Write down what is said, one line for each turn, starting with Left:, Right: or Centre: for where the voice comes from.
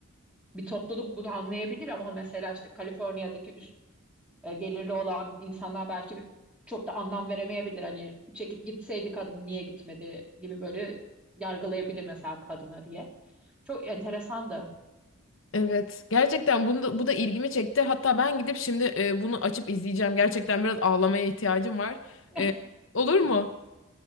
Centre: bir topluluk bunu anlayabilir ama mesela işte Kaliforniya'daki üst e, gelirli olan insanlar belki çok da anlam veremeyebilir. Hani çekip gitseydi kadın niye gitmedi gibi böyle yargılayabilir mesela kadını diye. Çok enteresandı.
Left: Evet, gerçekten bunu da, bu da ilgimi çekti. Hatta ben gidip şimdi e, bunu açıp izleyeceğim. Gerçekten biraz ağlamaya ihtiyacım var.
Centre: <laughs>
Left: E, olur mu?